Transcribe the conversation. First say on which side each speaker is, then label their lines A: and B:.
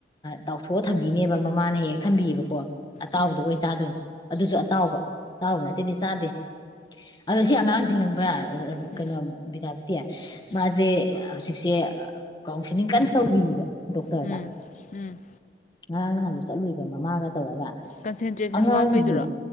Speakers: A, on the left; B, on the left.
A: ꯇꯥꯎꯊꯣꯛꯑ ꯊꯝꯕꯤꯅꯦꯕ ꯃꯃꯥꯅ ꯍꯦꯛ ꯍꯦꯛ ꯊꯝꯕꯤꯑꯦꯕꯀꯣ꯫ ꯑꯇꯥꯎꯕꯗꯨꯒꯩ
B: ꯎꯝ
A: ꯆꯥꯗꯣꯏꯅꯦ ꯑꯗꯨꯁꯨ ꯑꯇꯥꯎꯕ ꯑꯇꯥꯎꯕ ꯅꯠꯇꯦꯗꯤ ꯆꯥꯗꯦ ꯑꯗꯣ ꯁꯤ ꯑꯉꯥꯡꯁꯦ ꯈꯪꯕ꯭ꯔꯥ
B: ꯎꯝ ꯎꯝ
A: ꯀꯩꯅꯣ ꯕꯤꯗꯥꯛꯄꯇꯤ
B: ꯎꯝ
A: ꯃꯥꯁꯦ ꯍꯧꯖꯤꯛꯁꯦ ꯀꯥꯎꯟꯁꯤꯜꯂꯤꯡ ꯀꯟ ꯇꯧꯔꯤꯕ ꯗꯣꯛꯇꯔꯗ
B: ꯎꯝ ꯎꯝ
A: ꯉꯔꯥꯡ ꯅꯍꯥꯟꯁꯨ ꯆꯠꯂꯨꯏꯕ ꯃꯃꯥꯒ ꯇꯧꯔꯒ
B: ꯀꯟꯁꯦꯟꯇ꯭ꯔꯦꯁꯟ
A: ꯑꯉꯥꯡꯁꯦ
B: ꯋꯥꯠꯄꯩꯗꯨꯔꯣ